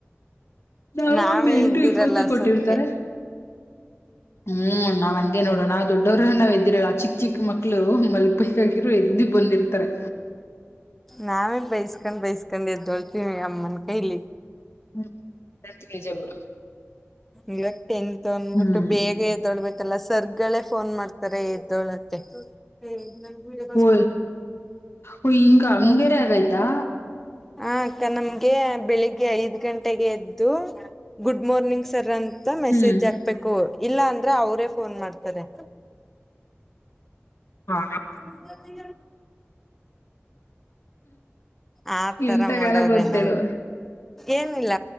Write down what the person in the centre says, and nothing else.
ನಾವೇ
ಎದ್ದಿರಲ್ಲ
ಅಷ್ಟೊತ್ಗೆ
ನಾವೇ ಬೈಸ್ಕೊಂಡ್ ಬೈಸ್ಕೊಂಡ್ ಎದ್ದೋಳ್ತೀವಿ ಅಮ್ಮನ ಕೈಲಿ
ಇವಾಗಟೆಂತ್ ಅಂದ್ಬಿಟ್ಟು
ಬೇಗ ಎದೊಳ್ಬೇಕಲ್ಲ ಸರ್ ಗಳೇ ಫೋನ್ ಮಾಡ್ತಾರೆ ಎದ್ದೋಳಕ್ಕೆ ಏ ನನ್ಗೆಡ
ಬ
ಮಾಡ
ಹ ಅಕ್ಕ ನಮ್ಗೆ ಬೆಳಿಗ್ಗೆ ಐದ್ ಗಂಟೆಗೆ ಎದ್ದು ಗುಡ್ ಮಾರ್ನಿಂಗ್ ಸರ್ ಅಂತ ಮ ಮೆಸೇಜ್
ಹಾಕ್ಬೇಕು ಇಲ್ಲ ಅಂದ್ರೆ ಅವ್ರೇ ಫೋನ್ ಮಾಡ್ತಾರೆ
ಕುುದ ಆತರ
ಮಾಡೋ್ರೆ
ನಾವ ಏನಿಲ್ಲ